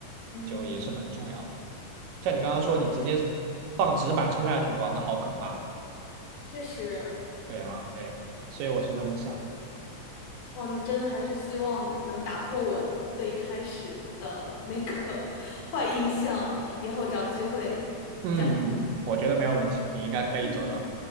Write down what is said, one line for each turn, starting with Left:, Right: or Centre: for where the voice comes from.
Left: 嗯，
Right: 就也是很重要的。像你刚刚说，你直接放纸板冲下去，哇，那好可怕。
Left: 确实，
Right: 对啊，对，所以我是这么想的。
Left: 哇，那真的还是希望能打破我对一开始的那个 <laughs> 坏印象，以后找机会再还。
Right: 嗯嗯，我觉得没有问题，你应该可以做到。
Left: 嗯，